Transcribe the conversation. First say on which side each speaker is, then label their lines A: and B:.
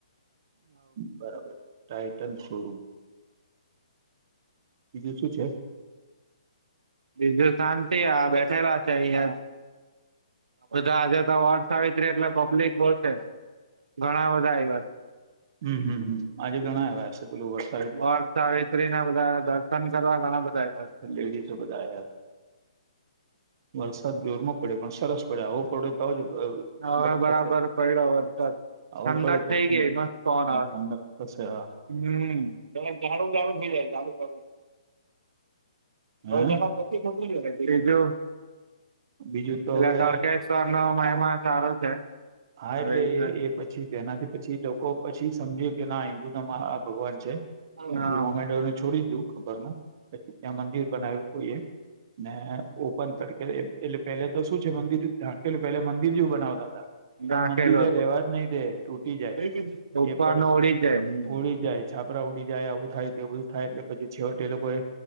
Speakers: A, on the right (about 35°); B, on the right (about 80°).
A: બરાબર ટાઈટન શોરૂમ બીજું શું છે
B: બીજુ શાંતિ આ બેઠેલા છે યાર બધા આજે તો વર્સ આવી ત્રી એટલે પબ્લિક બોલશે ઘણા બધા એ્યા
A: હમ હમ હ આજે ઘણા આવ્યા હશે પેલો વર
B: બર સાવિત્રી ના બધા દર્શન કરવા ઘણા બધા એ
A: લેડીસો બધા આવ્યા વરસાદ જોરમાં પડે પણ સરસ પડે આવું પડે તો આવજ ઠંડક
B: છે હવે બરાબર
A: થશે
B: પડ્યો વરસાદ
A: આવું
B: ઠંડક
A: પડે તો
B: થઈ
A: ઠંડક
B: ગઈ મસ્ત પવન
A: હ
B: આવે
A: ઠાંડાશે હ
B: હમ બ બાડું ઝાડું થઈ જાય બાડુંઝાડું
A: હે
B: ટ બીજું
A: બીજું તો
B: પેલા
A: હવે
B: ત નો મહિમા સારો છે.
A: હા
B: આવી
A: એટલે
B: રીતે
A: એ એ પછી તેનાથી પછી લોકો પછી સમજ્યું કે ના હિન્દુ ના ભગવાન છે
B: હા
A: એથી મોમેડોને છોડી દું ખબર ન પછી ત્યાં મંદિર બનાવ્યું હોઈએ ને ઓપન તડકે એટલે પહેલે તો શું છે મંદિર ઢાંકેું પે મંદિર જેવું બનાવતા હતા પણ
B: રાખેલું
A: મંદિરે એ રેવા જ નહીિ રે તૂટી જાય
B: હતું ઉપર
A: એ પણ
B: નો ઉડી જાય
A: હોળી જાય છાપરા ઉડી જાય આવું થાય તેવું જ થાય એટલે પછી છેવટે એ લોકોએ